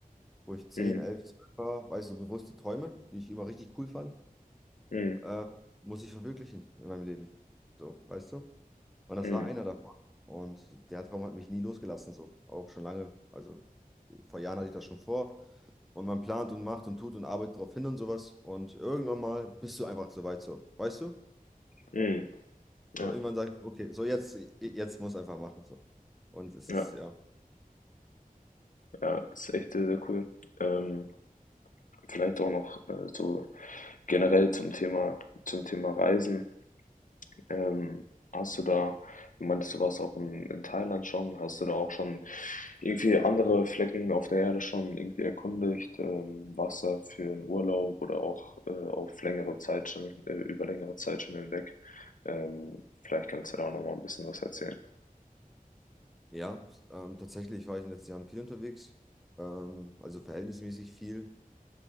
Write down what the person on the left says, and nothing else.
Mhm.
Mhm.
Mhm.
Mhm. Ja,
ja,
ja, ist echt sehr, sehr cool. Ähm, vielleicht auch noch, äh, so generell zum Thema zum Thema Reisen. Ähm, hast du da, du meintest, du warst auch in, in Thailand schon, hast du da auch schon irgendwie andere Flecken auf der Erde schon irgendwie erkundigt? Ähm, warst da für einen Urlaub oder auch äh, auf längere Zeit schon, äh, über längere Zeit schon hinweg? Ähm, vielleicht kannst du da auch noch mal ein bisschen was erzählen.